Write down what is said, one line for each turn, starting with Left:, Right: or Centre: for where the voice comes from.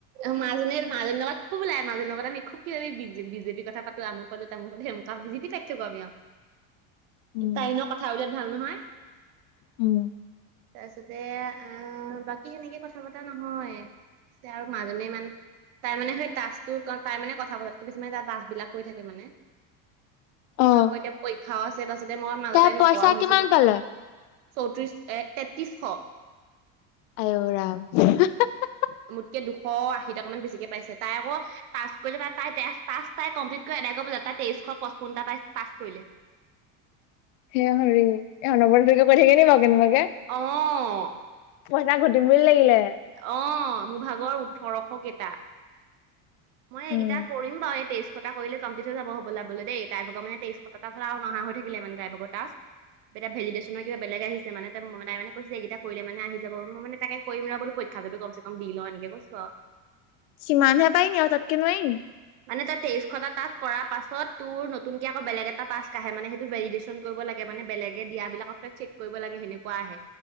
Right: অ মাজনীৰ মাজনীৰ লগত খুব ওলাই মাজনীৰ মাজনী লগত আমি খুব ওলায়, মাজনীৰ লগত আমি খোব কিবা কিবি বিজেপিৰ কথা পাতো আমুক পাতো তামোকত হেবো ত বিজেপি টাইপকে পাবি আও
Left: উম
Right: তাই এনেও কথাবিলাক ভাবিব নোৱায়ে
Left: উম
Right: তাৰপিছতে আহ বাকী সেনেকে কথা পতা নহয় তাই মাজনীয়ে মানে তাই মানে সেই টাস্ক টোৰ কাৰণ তাই মানে কথা বোৰতকে বেছি মানে তাই টাস্ক বিলাক কৰি থাকে মানে মোৰ
Left: অ'
Right: আকৌ এতিয়া পৰীক্ষ টে তা পাচতে মই মাজতে
Left: তাৰ পইচা
Right: নোকোৱাও হৈছিলো
Left: কিমান পালে?
Right: চৌত্ৰিছ এক তেত্ৰিছশ
Left: অঔ ৰাম হা হা হা
Right: মোতকে দুশ আশী টকা মান বেছিকে পাইছে তাই আকৌ টাস্ক কৰিছে তাই তাই টাস্ক কমপ্লিট কৰি তাই কৈ পেলাই তাই তেইশ পঁচপন্নটা পাইছ পাছ কৰিলে
Left: হে হৰি এ অনবৰতে কি থাকে নি বাৰু কেনোবাক
Right: অঁ
Left: পইচা ঘটিম বুলি লাগিলে
Right: অ মোৰ ভাগৰ ওঠৰশ কেইটা মই এইকেইটা
Left: উম
Right: কৰিম বাৰু এই তেইশ কটা কৰিলে কমপ্লিট হৈ যাব হবলা বলে দেই তাই ভাগৰ মানে তেইশ টকাৰ পৰা নহা হৈ থাকিল মানে তাই ভাগৰ টাস্ক এতিয়া ভেলিডেশ্যনৰ কিবা বেলেগ আহিছে মানে তাই মানে কৈছে এইগিটা কৰিলে মানে আহি যাব মই মানে তাকে কৰিম ৰ বুলি কৈ পৰিক্ষাটো কমচে কম দি লও এনেকে কৈছো আৰু
Left: সিমান হে পাৰি নি আৰু তাতকে নোৱাৰি নি
Right: মানে তাৰ তেইশটা টাস্ক কৰাৰ পাছত তোৰ নতুনকে আকৌ বেলেগ এটা টাস্ক আহে মানে সেইটো ভেলিডেশ্যন কৰিব লাগে মানে বেলেগে দিয়াবিলাকক তই চেক কৰিব লাগে সেনেকুৱা আহে